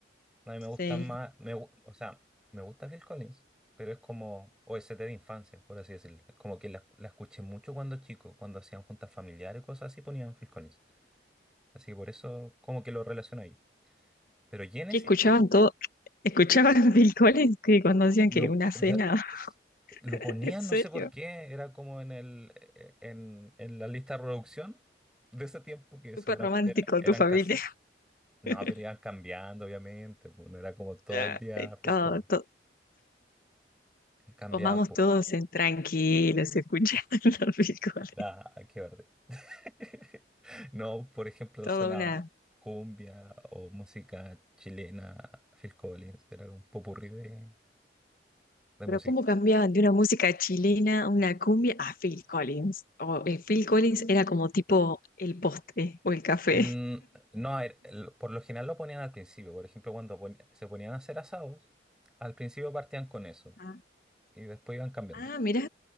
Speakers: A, in the centre; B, on the left.
A: No, a mí me gusta
B: Sí.
A: más, me, gu- o sea, me gusta Phil Collins, pero es como o OST de infancia, por así decirlo. Es como que la, la escuché mucho cuando chico, cuando hacían juntas familiares y cosas así, ponían Phil Collins. Así que por eso como que lo relaciono ahí. Pero Genesis
B: Que escuchaban todo, escuchaban <laughs> Phil Collins que cuando hacían
A: Lo,
B: que una
A: de-
B: cena,
A: lo
B: <laughs>
A: ponían,
B: en serio,
A: no sé por qué, era como en el, eh, en, en la lista de reproducción de ese tiempo, que seguramente
B: súper romántico
A: era- eran
B: tu familia.
A: cassette. No,
B: <laughs>
A: pero iban cambiando, obviamente, pues, no era como todo
B: Ya,
A: el día
B: eh,
A: Phil
B: Todo,
A: Collins.
B: todo.
A: Cambiaban,
B: Comamos
A: pues,
B: todos en tranquilos, escuchando <laughs> Phil Collins.
A: da, qué verde. <laughs> No, por ejemplo,
B: Toda
A: sonaba
B: una
A: cumbia o música chilena, Phil Collins, era un popurrí de, de
B: Pero
A: música.
B: cómo cambiaban de una música chilena a una cumbia a Phil Collins. O eh, Phil Collins era como tipo el postre o el café.
A: Mm, no, a ver, el- por lo general lo ponían al principio. Por ejemplo, cuando pon- se ponían a hacer asados, al principio partían con eso
B: Ah,
A: y después iban cambiando.
B: ah, mirá,